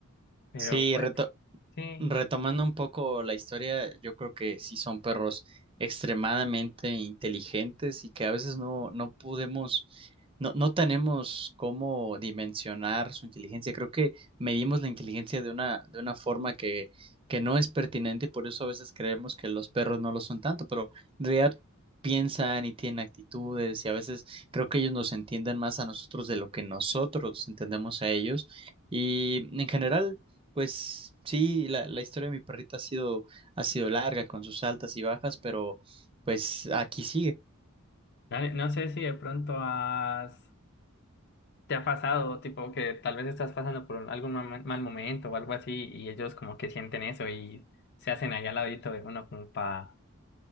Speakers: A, on the left; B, on the right.
A: Pero
B: Sí,
A: pues
B: reto-
A: sí,
B: retomando un poco la historia, yo creo que sí son perros extremadamente inteligentes y que a veces no, no podemos, no, no tenemos cómo dimensionar su inteligencia. Creo que medimos la inteligencia de una, de una forma que, que no es pertinente y por eso a veces creemos que los perros no lo son tanto, pero en realidad piensan y tienen actitudes y a veces creo que ellos nos entienden más a nosotros de lo que nosotros entendemos a ellos. Y en general... Pues sí, la, la historia de mi perrita ha sido, ha sido larga con sus altas y bajas, pero pues aquí sigue.
A: Dale, no sé si de pronto has ¿Te ha pasado, tipo, que tal vez estás pasando por un- algún ma- mal momento o algo así y ellos como que sienten eso y se hacen allá al ladito de uno como para